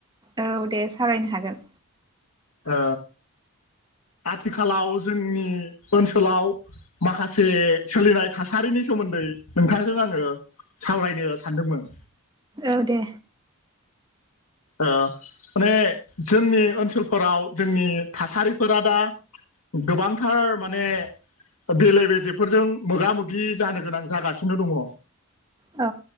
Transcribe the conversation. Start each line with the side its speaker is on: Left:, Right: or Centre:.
Right: औ दे सावरायनो हागोन।
Left: ओ आथिखालाव जोंनि ओनसोलाव माखासे सोलिनाय थासारिनि सोमोन्दै नोंथांजों आङो सावरायनो सानदोंमोन‌।
Right: औ दे।
Left: ओ माने जोंनि ओनसोलफोराव जोंनि थासारिफोरा दा गोबांथार माने देले बेजेफोरजों मोगा मोगि जानो गोनां जागासिनो दङ।
Right: औ।